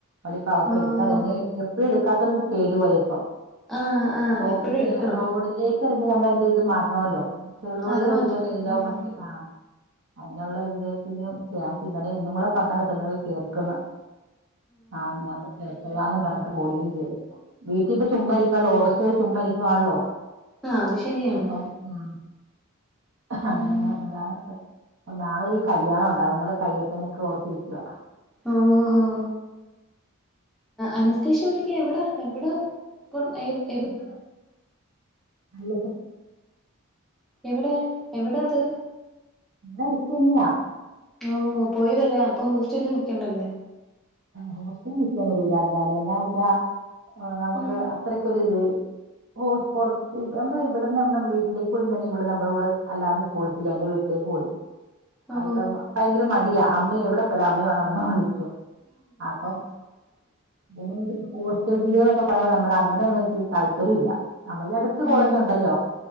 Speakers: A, on the right (about 60°); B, in the centre.
A: അതിപ്പം അവക്ക്
B: ആഹ്
A: <unintelligible> എപ്പഴും എടുക്കാത്തത് കൊണ്ട് പേടി പോലെ ഇപ്പം
B: ആഹ് ആഹ്
A: റോഡിലേ
B: എപ്പഴും എടുക്കണം
A: റോഡിലേക്ക് എറങ്ങി നമ്മള് അയ്ന്റെ ഇത് മാറ്റണമല്ലോ ചെറു റോഡി
B: അത്
A: ഓടിക്കാൻ
B: മാറ്റണം
A: കഴിയില്ലോ
B: ഉം
A: മറ്റേ ആഹ് അയ്നുള്ള <unintelligible> ഇന്നും കൂടെ പർഞ്ഞാ വിട്ടത്. <unintelligible> ആഹ് ഞാൻ എപ്പഴാന്നും പറഞ്ഞിട്ട് പോവുകയും ചെയ്ത് വീട്ടി ഇപ്പം ചുമ്മായിരിക്കുവാണല്ലോ. ഓഗസ്റ്റ് വരെ ചുമ്മായിരിക്കുവാണല്ലോ
B: ആഹ് അത് ശരിയാണ്
A: അപ്പം ഉം അങ്ങനെന്നാ
B: ഉം
A: വിടാ ഒക്കെ നാളെ ഒരു കല്യാണം ഉണ്ട്. അതും കൂടി കഴിയട്ടെ എന്നൊക്കെ ഓർത്തിരിക്കുവാ
B: ഓഹോ അനസ്തേഷ്യ പഠിക്കാൻ എവിടാ എവിടാ പ്പം ഏ
A: <unintelligible> ഇവിടെ വിടെ
B: എവിടെ എവിടാ അത്
A: അടുത്തന്നെയാ
B: ഓഹ് പോയി വരാം അപ്പൊ ഹോസ്റ്റലിൽ നിൽക്കണ്ടല്ലേ
A: ഹോസ്റ്റലി നിക്കാൻ വിടൂല എന്തായാലും എന്നാ വെച്ചാ നമുക്ക്
B: ഉം
A: അത്രക്കൊരു ഇത് ഓഹ് പൊർത്ത് നമ്മടെ ഇവിടെന്ന് നമ്മുടെ വീട്ടിലേക്ക് വിടുന്നന്നെ ഇവള് നമ്മുടെ കൂടെ അല്ലാതെ പോയിട്ടില്ല എന്റെ വീട്ടിലേക്ക് പോലും
B: ഓ
A: അത് ഭയങ്കര മടിയാ അമ്മ എവിടെ പോയാലും അമ്മയും വേണം എന്ന് വിളിക്കും അപ്പം
B: <inaudible>
A: പിന്നെ ഈ ഹോസ്റ്റൽ ജീവിതം എന്നൊക്കെ പറയാ നമ്മള് അങ്ങനെയൊന്നും എനിക്ക് താല്പര്യമില്ല നമ്മള് അടു ത്ത് കോളേജ്
B: ഓ
A: ഉണ്ടല്ലോ